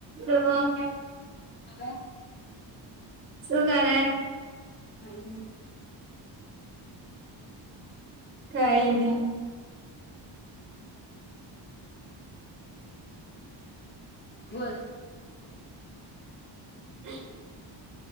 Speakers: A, on the right (about 25°); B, on the left (about 25°).
A: તો
B: હલો
A: સુુંગારે
B: હા એ હ
A: કઈ નહી
B: વર
A: હમ